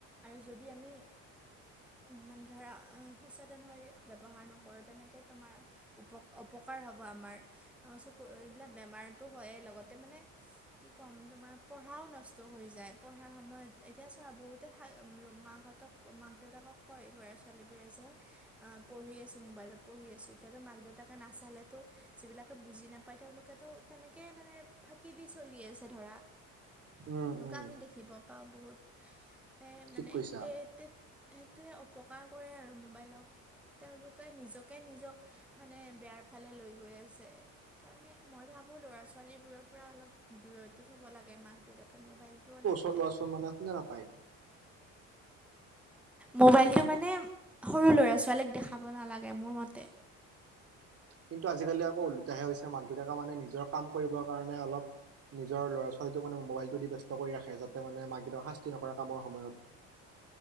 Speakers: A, in the centre; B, on the right (about 45°).
A: আৰু যদি আমি মানে ধৰা সচেতন হৈ ব্যৱহাৰ নকৰো তেনেকে তোমাৰ উপ অপকাৰ হ'ব আমাৰ চক এইবিলাক বেমাৰতো হয়েই লগতে মানে কি ক'ম তোমাৰ পঢ়াও নষ্ট হৈ যায় পঢ়াৰ সময়ত এতিয়া চোৱা বহুতে ভাল মাকহঁতক মাক দেউতাকক কয় ল'ৰা ছোৱালীবোৰে যে আহ পঢ়ি আছো মোবাইলত পঢ়ি আছো এতিয়াতো মাক দেউতাকে নাচালেতো যিবিলাকে বুজি নাপায় তেওঁলোকেতো তেনেকে মানে ফাকি দি চলি আছে ধৰা
B: উম
A: এনেকোৱা
B: উম
A: আমি দেখিব পাওঁ বহুত এ
B: ঠিক
A: মানে
B: কৈছা
A: এই সেইটোৱে অপকাৰ কৰে আৰু মোবাইলক তেওঁলোকে নিজকে নিজক মানে বেয়াৰ ফালে লৈ গৈ আছে সেইকাৰণে মই ভাবো ল'ৰা ছোৱালী বোৰৰ পৰা অলপ দূৰতে থব লাগে মাক দেউতাকে মোবাইলটো অলপ
B: ল'ৰা ছোৱালী
A: দেখা
B: মানে শুনে নাপায়
A: মোবাইলটো মানে সৰু ল'ৰা ছোৱালীক দেখাব নালাগে মোৰ মতে
B: কিন্তু আজিকালি আকৌ ওলোটাহে হৈছে মাক দেউতাকে মানে নিজৰ কাম কৰিবৰ কাৰণে অলপ নিজৰ ল'ৰা ছোৱালীটোক মানে মোবাইলটো দি ব্যস্ত কৰি ৰাখে যাতে মানে মাক দেউতাকক শাস্তি নকৰে কামৰ সময়ত